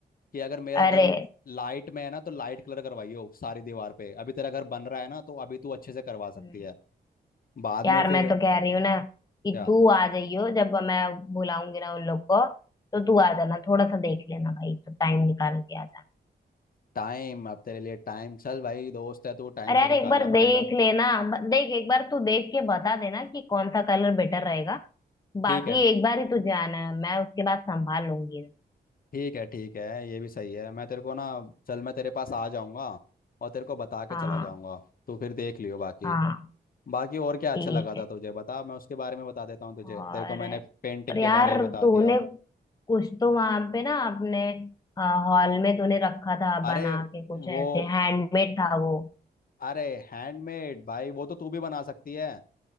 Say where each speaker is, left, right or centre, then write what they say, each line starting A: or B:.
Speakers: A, on the left; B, on the left.
A: कि अगर मेरा घर
B: अरे
A: लाइट में है ना तो लाइट कलर करवाइयो सारी दीवार पे अभी तेरा घर बन रहा है ना तो अभी तू अच्छे से करवा सकती
B: हम्म,
A: है बाद
B: यार
A: में फिर
B: मैं तो कह रही हूँ ना कि
A: क्या
B: तू आ जाइयो जब मैं बुलाऊंगी ना उन लोग को तो तू आ जाना थोड़ा सा देख लेना भाई तो टाइम निकाल के आ
A: टाइम अब तेरे लिए टाइम चल भाई दोस्त है तू टाइम
B: अरे
A: तो
B: यार
A: निकालना
B: एक बार देख
A: पड़ेगा
B: लेना ब- देख एक बार तू देख के बता देना कि कौन सा कलर बेटर रहेगा
A: ठीक
B: बाकी
A: है
B: एक बार ही तू जाना है मैं उसके बाद संभाल लूंगी
A: ठीक है ठीक है ये भी सही है मैं तेरे को ना चल मैं तेरे पास आ जाऊंगा और तेरे को बता के
B: हाँ
A: चला जाऊंगा तू फिर देख लियो बाकी
B: हाँ
A: बाकी और क्या
B: ठीक
A: अच्छा लगा था
B: है
A: तुझे बता मैं उसके बारे में बता देता हूँ तुझे
B: और
A: तेरे को मैंने पेंटिंग
B: और यार
A: के बारे में बता
B: तूने
A: दिया
B: कुछ तो वहां पे ना अपने हॉल में तूने रखा था
A: अरे
B: बना के कुछ
A: वो
B: ऐसे हैंडमेड था वो
A: अरे हैंडमेड भाई वो तो तू भी बना सकती है